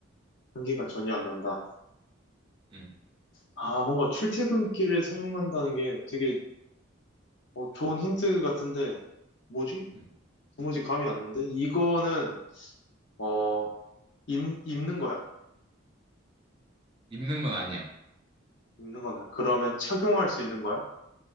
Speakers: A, on the left (about 60°); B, on the right (about 25°).
A: 향기가 전혀 안 난다.
B: 응,
A: 아, 뭔가 출퇴근길에 사용한다는 게 되게 어, 좋은 힌트 같은데, 뭐지?
B: 응.
A: 도무지 감이 안 오는데? 이거는, 어, 입, 입는 거야?
B: 입는 건 아니야.
A: 입는 거나. 그러면 착용할 수 있는 거야?